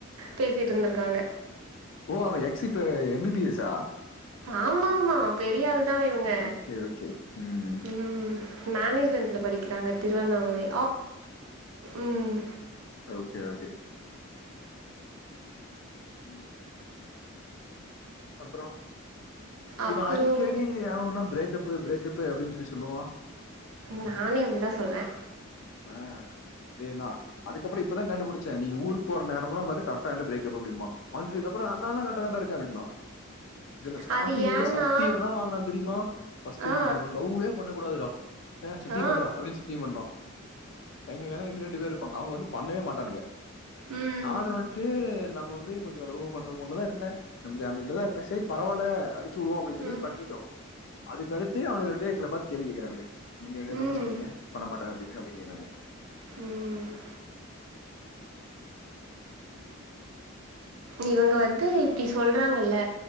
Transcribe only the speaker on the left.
ஓ அவே எக்ஸ் இப்ப எம் பி பி எஸ் ஸா
ஓகே ஓகே ம்
ஓகே ஓகே ம் அப்றோ
இவே அடிக்கடி ஆனா ஊனா பிரேக்கப்பு பிரேக்கப்பு அப்டின்னு சொல்லி சொல்லுவா
ஆ அதேதா அதுக்கப்றோ இப்ப கண்டுபுடிச்ச நீங்க ஊர்க் போற நோரம்லா பாத்து கரெட்டா என்ட பிரேக்கப்பு அப்டிம்மா வந்தது அப்றோ அந்த எல்லா கரெட்டா தண்டா இருக்கு அப்டிம்பா இதுல ஸ்டார்ட்டிங்
எங்கிட்ட
சத்தியோ எல்லா வாங்னா தெரியுமா ஃபர்ஸ்ட்
இந்த ஜென்மத்ல ல்வே பண்ண கூடாதுடா அ சத்தியம்
பண்ற அப்டின் சத்தியம் பண்றா எங்க கேங் இன்னு ரெண்டு பேர் இருப்பாங்க அவூங்க வந்து பண்ணவே மாட்டானுக
நானு வன்ட்டு நம்ப வந்து கொஞ்சோ லவ்வு பண்ற மூட்ல தா இருந்த அந்த அந்த இருதுலதா இருந்த சேரி பரவால்ல அடிச்சி உடுவோ அப்டி சொல்லி
பண்ணிட்டோ அதுக்கடுத்து அவனுக ரெண்டு பேர் எங்கள பாத்து கேள்வி கேக்குறானுக நீங்க ரெண்டு பேரு
தாண்டா சொன்னீங்க பண்ண மாட்டே அப்டின்னு அப்டிங்குறாங்க